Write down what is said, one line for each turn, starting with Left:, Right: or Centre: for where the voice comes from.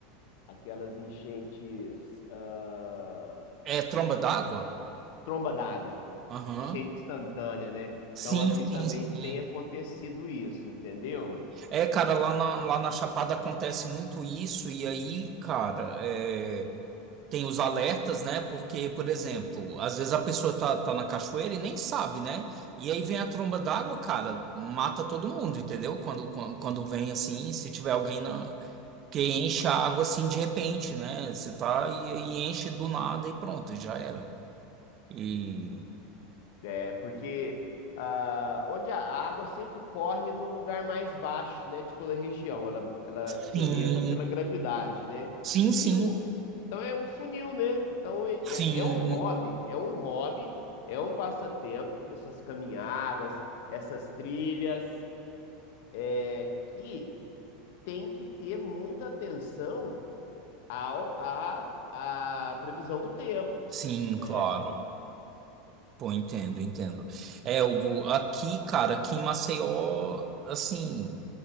Left: aquelas enchentes, ah,
Right: É tromba d'água?
Left: tromba d'água,
Right: Aham.
Left: enchente instantânea, né?
Right: Sim,
Left: Então aqui
Right: sim,
Left: também
Right: sim.
Left: tem acontecido isso, entendeu?
Right: É, cara, lá na, lá na Chapada acontece muito isso, e aí, cara, é. Tem os alertas, né? Porque, por exemplo, às vezes a pessoa tá, tá na cachoeira e nem sabe, né? E aí vem a tromba d'água, cara, mata todo mundo, entendeu? Quando, quando, quando vem assim, se tiver alguém na, que enche a água assim de repente, né? Você tá e, e enche do nada e pronto, já era. E
Left: É, porque ah, onde a água sempre corre no lugar mais baixo, né, de toda a região, ela, ela
Right: sim,
Left: se orienta pela gravidade, né?
Right: sim, sim,
Left: E o, então é um funil, né? Então é,
Right: sim,
Left: é é um hobby, é um hobby, é um passatempo que essas caminhadas, essas trilhas, é, que tem que ter muita atenção ao à à previsão do tempo,
Right: sim,
Left: né?
Right: claro. Pô, entendo, entendo. É, Hugo, aqui, cara, aqui em Maceió, assim.